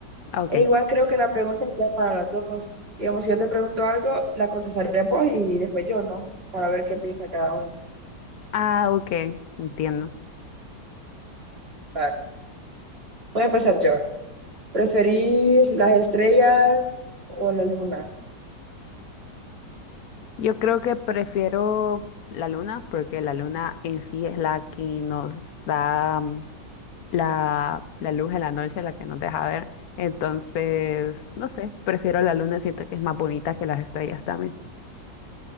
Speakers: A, on the left; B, on the right.
A: Ah, Ok.
B: E igual creo que la pregunta iría para las dos. Digamos, si yo te pregunto algo, la contestaría vos y después yo, ¿no? Para ver qué piensa cada uno.
A: Ah, ok, entiendo.
B: Va, Voy a empezar yo. ¿Preferís las estrellas o la luna?
A: Yo creo que prefiero la luna, porque la luna en sí es la que nos da mm, la, la luz en la noche, la que nos deja ver. Entonces, no sé, prefiero la luna, siento que es más bonita que las estrellas también.